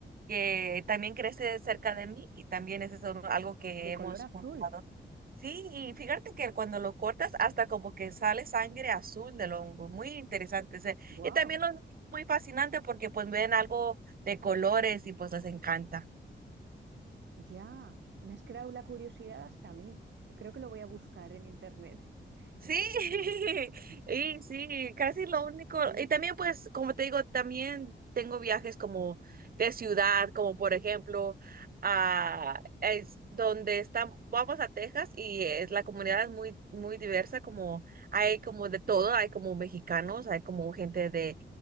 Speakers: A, on the right; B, on the right.
A: que también crece cerca de mí y también ese es un- algo que
B: De color
A: hemos
B: azul.
A: juntado. Sí, y fíjate que cuando lo cortas hasta como que sale sangre azul del hongo, muy interesante. ese-
B: Wow,
A: Y también lo muy fascinante porque pues ven algo de colores y pues les encanta.
B: ya. Me has creado la curiosidad hasta a mí. Creo que lo voy a buscar en internet. <laughs>
A: Sí, <laughs> y sí, casi lo único.
B: Sí,
A: Y también, pues, como te digo, también tengo viajes como de ciudad, como por ejemplo, a es donde estamos, vamos a Texas y es, la comunidad es muy, muy diversa, como hay como de todo, hay como mexicanos, hay como gente de,